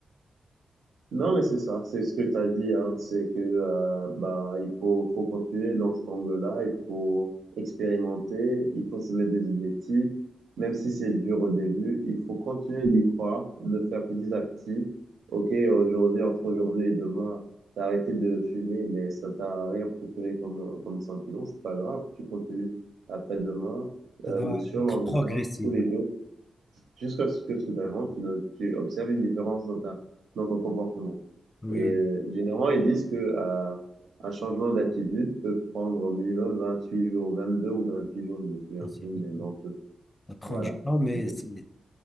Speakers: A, on the right; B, on the left.
A: Non, mais c'est ça, c'est ce que tu as dit, hein, c'est que euh, bah il faut faut continuer dans cet angle-là, il faut expérimenter, il faut se mettre des objectifs, même si c'est dur au début, il faut continuer d'y croire, de faire petit à petit. Ok, aujourd'hui, entre aujourd'hui et demain, t'as arrêté de fumer, mais ça t'a rien procuré comme comme sentiment, c'est pas grave, tu continues après-demain,
B: Ça
A: euh,
B: doit
A: le surlendemain,
B: être progressif,
A: tous les
B: oui.
A: jours, jusqu'à ce que soudainement tu, ne- tu observes une différence dans ta dans ton comportement.
B: Oui,
A: Et
B: oui.
A: euh, généralement, ils disent que euh, un changement d'attitude peut prendre au minimum 28 jours, 22 ou 28 jours, je me souviens
B: Ah, c'est
A: plus,
B: bien.
A: mais dans ce
B: Ça prend
A: voilà.
B: du temps, mais
A: C'est que-
B: c'est-